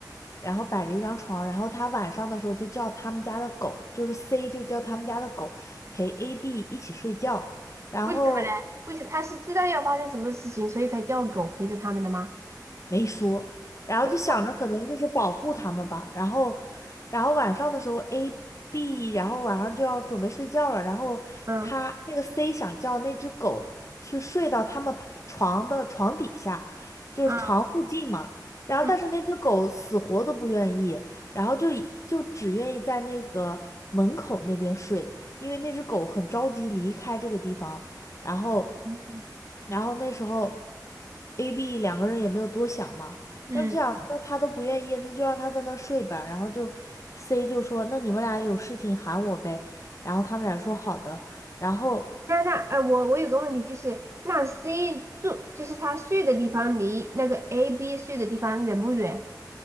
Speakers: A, on the left; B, on the right.
A: 然后摆着一张床，然后他晚上的时候就叫他们家的狗，就是 C 就叫他们家的狗陪 AB 一起睡觉，然后。
B: 为什么嘞？为什他是知道要发生什么事情，所以才叫狗陪着他们的吗？
A: 没说，然后就想着可能就是保护他们吧，
B: 哦，
A: 然后，然后晚上的时候 A B，然后晚上就要准备睡觉了，然后他那个
B: 嗯
A: C 想叫那只狗去睡到他们 p- 床的床底下，就是床附近嘛，
B: 嗯
A: 然后但是那只狗死活都不愿意，
B: 嗯
A: 然后就以就只愿意在那个门口那边睡，因为那只狗很着急离开这个地方。然后，
B: 嗯。
A: 然后那时候，A、B 两个人也没有多想嘛，
B: 嗯
A: 然后就想，那他都不愿意，那就让他在那睡吧。然后就 C 就说，那你们俩有事情喊我呗。然后他们俩说好的。然后
B: 那那哎呃，我我有个问题，就是那 C 住，就是他睡的地方离那个 A、B 睡的地方远不远？